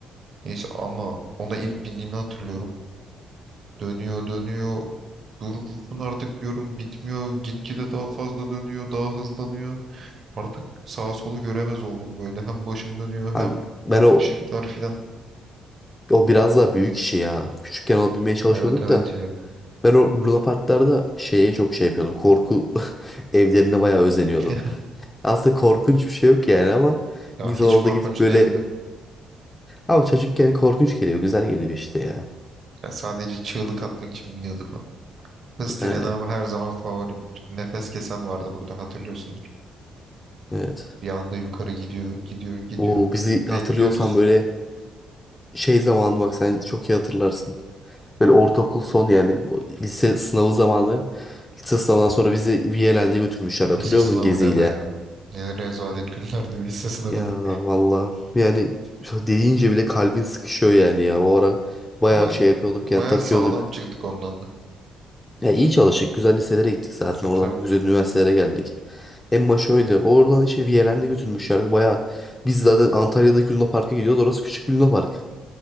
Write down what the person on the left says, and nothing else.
Hani
Ben o
O biraz daha büyük işi ya. Küçükken alabilmeye çalışıyorduk
da.
Ben o Luna Parklarda şeye çok şey yapıyordum. Korku <laughs> evlerine bayağı özeniyordum.
Aslında korkunç bir şey yok yani ama
insan
orada
gidip böyle...
Ama çocukken korkunç geliyor, güzel geliyor işte ya.
Yani
evet.
Bu bizi hatırlıyorsan
böyle şey zamanı bak sen çok iyi hatırlarsın. Böyle ortaokul son yani o lise sınavı zamanı. Lise sınavından sonra bizi Viyelen'de götürmüşler hatırlıyor
musun geziyle?
Ya
valla yani dediğince bile kalbin sıkışıyor yani ya. O ara bayağı
şey yapıyorduk
yani takıyorduk.
Ya iyi çalıştık. Güzel liselere gittik zaten
oradan.
Güzel üniversitelere geldik. En başı öyle. Oradan işte Viyelen'de götürmüşlerdi. Bayağı biz zaten Antalya'daki Luna Park'a gidiyoruz. Orası küçük bir Luna Park.